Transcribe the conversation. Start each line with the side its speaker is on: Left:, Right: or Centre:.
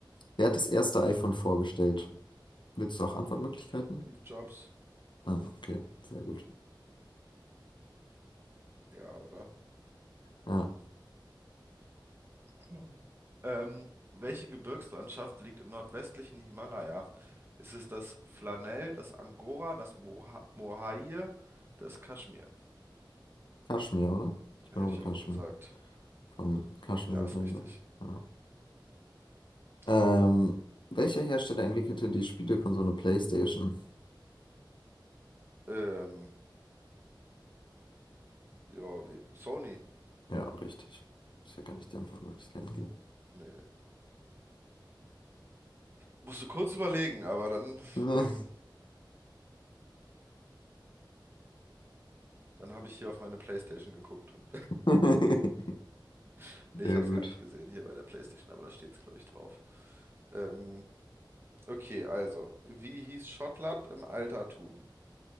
Left: Wer hat das erste iPhone vorgestellt? Willst du auch Antwortmöglichkeiten?
Right: Steve Jobs.
Left: Ah, okay, sehr gut.
Right: Ja, oder?
Left: Ja,
Right: Mhm. Ähm, welche Gebirgslandschaft liegt im nordwestlichen Himalaya? Ist es das Flanell, das Angora, das Moha Mohair, das Kaschmir?
Left: Kaschmir, oder? Ich
Right: Hätte
Left: glaube
Right: ich
Left: Kaschmir.
Right: auch gesagt.
Left: Vom Kaschmirgebirge.
Right: Ja, ist richtig.
Left: Ja. Ähm,
Right: So,
Left: welcher Hersteller entwickelte die Spielekonsole PlayStation?
Right: ähm, ja, wie, Sony?
Left: Ja, richtig. Ist ja gar nicht die Antwort, nur ich kann geben.
Right: Nee. Musste kurz überlegen, aber dann,
Left: Ne.
Right: ähm, dann habe ich hier auf meine PlayStation geguckt und,
Left: <laughs>
Right: <laughs> nee,
Left: Sehr
Right: ich habe
Left: gut.
Right: es gar nicht gesehen hier bei der PlayStation, aber da steht es, glaube ich, drauf. Ähm, okay, also, wie hieß Schottland im Altertum?